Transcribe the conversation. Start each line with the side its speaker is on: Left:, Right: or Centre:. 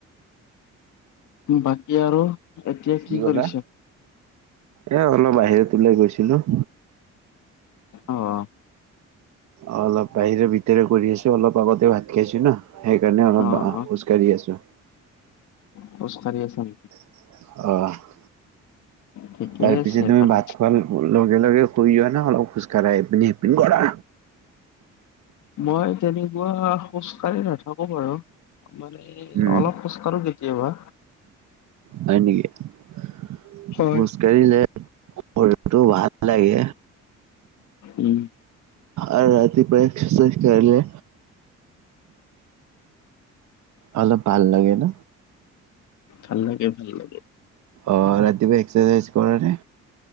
Left: বাকী আৰু এতিয়া
Right: কি কলা?
Left: কৰিছা?
Right: এ অলপ বাহিৰত ওলাই গৈছিলো।
Left: অ অ।
Right: অ অলপ বাহিৰে ভিতৰে কৰি আছো অলপ আগতেও ভাত খাইছো না। সেইকাৰণে অলপ
Left: অ', অ'।
Right: খোজকাঢ়ি আছো।
Left: খোজকাঢ়ি আছা নেকি?
Right: অ।
Left: ঠিকেই
Right: তাৰ পিছত
Left: আছে
Right: তুমি
Left: বাৰু।
Right: ভাত খোৱাৰ লগে লগে শুই যোৱা না অলপ খোজ কঢ়া এপিনি সিপিনে কৰা?
Left: মই তেনেকুৱা খোজ কাঢ়ি নাথাকো বাৰু মানে
Right: উম
Left: অলপ খোজ কাঢ়ো <unintelligible> কেবা
Right: হয় নেকি <unintelligible>
Left: হয়।
Right: <unintelligible> ভাল লাগে।
Left: উম,
Right: আৰু ৰাতি পুৱাই এক্সাৰচাইজ কৰিলো। অলপ ভাল লাগে ন।
Left: ভাল লাগে ভাল লাগে
Right: অঁ ৰাতিপুৱা এক্সাৰচাইজ কৰা নে?